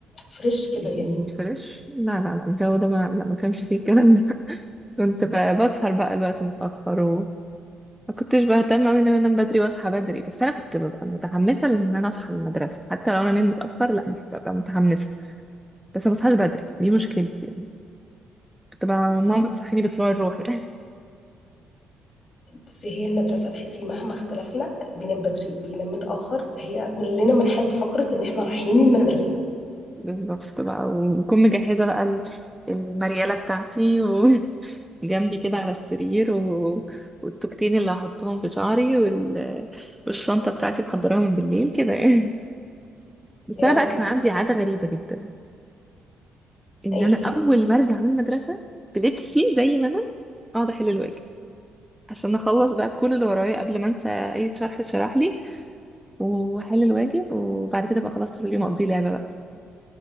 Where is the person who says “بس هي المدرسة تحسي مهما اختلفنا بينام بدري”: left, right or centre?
Left